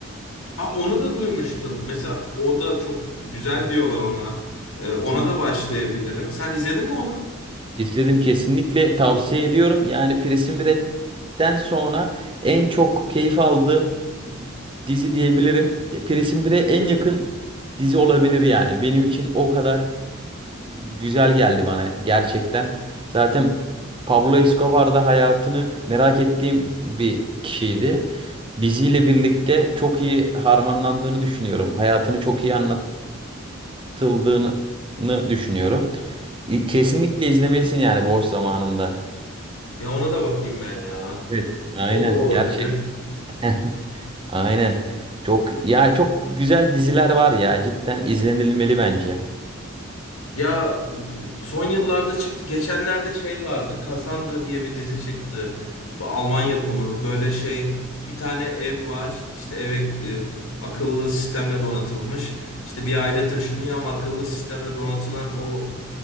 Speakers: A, on the left; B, on the right.
A: Ha onu da duymuştum. Mesela o da çok güzel diyorlar ona. Ee, ona
B: Kesin.
A: da başlayabilirim. Sen izledin mi onu?
B: İzledim kesinlikle tavsiye ediyorum. Yani Prison Break'ten sonra en çok keyif aldığım dizi diyebilirim. Prison Break'e en yakın dizi olabilir yani. Benim için o kadar güzel geldi bana gerçekten. Zaten Pablo Escobar da hayatını merak ettiğim bir kişiydi. Diziyle birlikte çok iyi harmanlandığını düşünüyorum. Hayatını çok iyi anlat abartıldığını düşünüyorum. İ- Kesinlikle izlemelisin yani boş zamanında.
A: Ya ona da bakayım ben ya.
B: Evet, aynen
A: O da olabilir.
B: gerçekten. <laughs> Aynen. Çok ya çok güzel diziler var ya cidden izlenilmeli bence.
A: Ya b- son yıllarda çıktı. Geçenlerde şey vardı. Cassandra diye bir dizi çıktı. Bu Alman yapımı. Böyle şey bir tane ev var. İşte eve e, akıllı sistemle donatılmış. İşte bir aile taşınıyor ama akıllı sistemle donatılan o